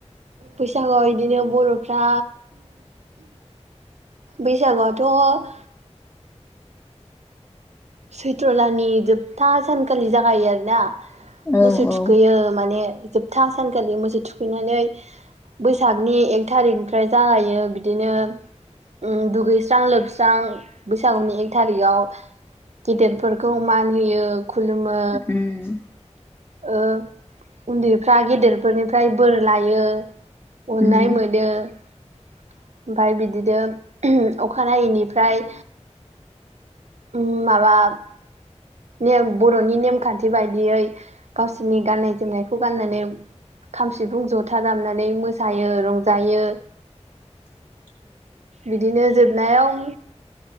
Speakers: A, on the right (about 70°); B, on the left (about 15°).
A: बैसागआव बिदिनो बर'फ्रा बैसागु आथ' सैथ्र' दानि जोबथा सानखालि जागायो आरोना।
B: औ
A: मोसौ
B: औ
A: थुखैयो माने जोबथा सानखालि मोसौ थुखैनानै बैसागनि एक थारिखनिफ्राय जागायो बिदिनो उम दुगैस्रां लोबस्रां बैसागुनि एक थारिगाव गेदेरफोरखौ मान होयो खुलुमो।
B: उम
A: ओ उन्दैफ्रा गेदेरफोरनिफ्राय बोर लायो अननाय
B: उम
A: मोनो। ओमफाय बिदिनो अखानायैनिफ्राय उम माबा ने बर'नि नेमखान्थि बायदियै गावसोरनि गाननाय जोमनायखौ गाननानै। खाम सिफुं जथा दामनानै मोसायो रंजायो।
B: <inaudible>
A: बिदिनो जोब नायाव